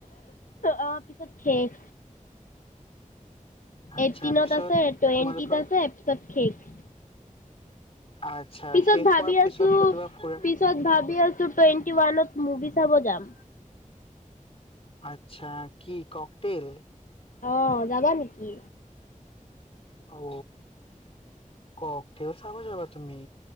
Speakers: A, on the left (about 70°); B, on the left (about 45°).
A: অ পিছত শেষ।
B: আচ্ছা
A: এইটটিনত
B: পিছত
A: আছে টুৱেণ্টিত
B: তোমালোকৰ
A: আছে তাৰপিছত শেষ।
B: আচ্ছা
A: পিছত
B: শেষ
A: ভাবি
B: হোৱাৰ পিছত
A: আছো,
B: কতোবা ফুৰা
A: পিছত ভাবি আছো টুৱেণ্টি ওৱানত মুভি চাব যাম।
B: আচ্ছা, কি ককটেল?
A: আহ, যাবা নেকি?
B: ঔ ককটেল চাব যাবা। তুমি?